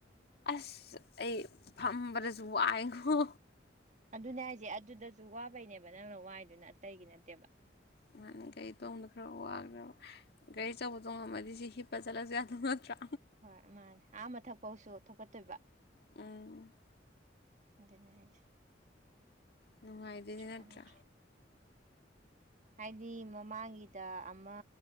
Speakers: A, on the left; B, on the right.
A: ꯑꯁ ꯑꯩ ꯐꯝꯕꯗꯁꯨ ꯋꯥꯏꯉꫭ
B: ꯑꯗꯨꯅꯦ ꯍꯥꯏꯁꯦ ꯑꯗꯨꯗꯁꯨ ꯋꯥꯕꯩꯅꯦꯕ ꯅꯪꯅ ꯋꯥꯏꯗꯨꯅ ꯑꯇꯩꯒꯤ ꯅꯠꯇꯦꯕ
A: ꯅꯍꯥꯟ ꯒꫪꯤ ꯇꯣꯡꯕꯗꫭ ꯈꯔ ꯋꯥꯒ꯭ꯔ‌ꯦꯕꯥ ꯒꯥꯔꯤ ꯑꯆꯧꯕ ꯇꫭꯡꯉꯝꯃꯗꯤ ꯁꯤ ꯍꯞꯄ ꯆꯠꯂꯁꯨ ꯌꯥꯗꯧ ꯅꯠꯇ꯭ꯔꯥ
B: ꯍꯣꯏ ꯃꯥꯅꯦ ꯑꯥ ꯃꯊꯛꯄꯧꯁꯨ ꯊꯧꯒꯠꯇꯣꯏꯕ
A: ꯎꯝ
B: ꯑꯗꯨꯅ‌ꯦ ꯍꯥꯏꯖ‌ꯦ
A: ꯅꯨꯡꯉꯥꯏꯗꯣꯏꯅꯤ ꯅꯠꯇ꯭ꯔꯥ
B: ꯀꯥꯟꯅꯗ꯭ꯔꯦ ꯍꯥꯏꯗꯤ ꯃꯃꯥꯡꯒꯤꯗ ꯑꯃ